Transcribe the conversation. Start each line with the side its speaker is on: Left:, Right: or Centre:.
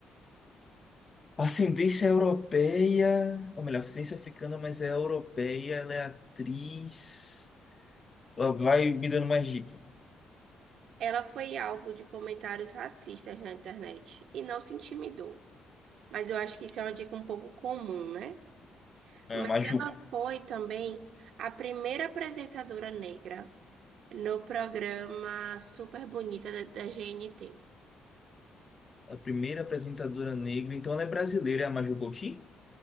Left: ascendência europeia, ou melhor, ascendência africana, mas é europeia, ela é atriz. Ela Vai me dando mais dica.
Right: Ela foi alvo de comentários racistas na internet e não se intimidou. Mas eu acho que isso é uma dica um pouco comum, né?
Left: É,
Right: Mas
Left: Maju,
Right: ela foi também a primeira apresentadora negra no programa Super Bonita da, da GNT.
Left: a primeira apresentadora negra, então ela é brasileira, é a Maju Coutinho?